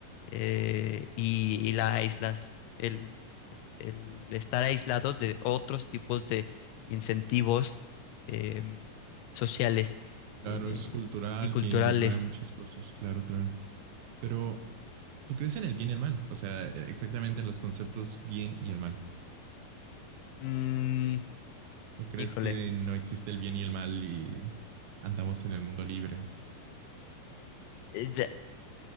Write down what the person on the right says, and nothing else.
Claro,
es cultural,
que involucra muchas cosas, claro, claro. Pero, ¿tú crees en el bien y el mal? O sea, eh, exactamente en los conceptos bien y el mal.
¿O crees
que no existe el bien y el mal y andamos en el mundo libres?